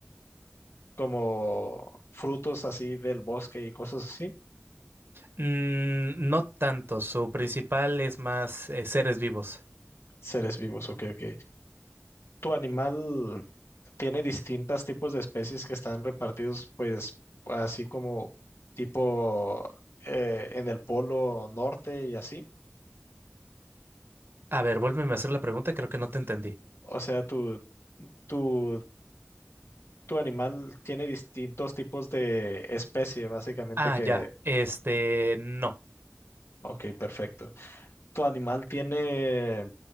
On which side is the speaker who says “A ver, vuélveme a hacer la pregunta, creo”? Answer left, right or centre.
Right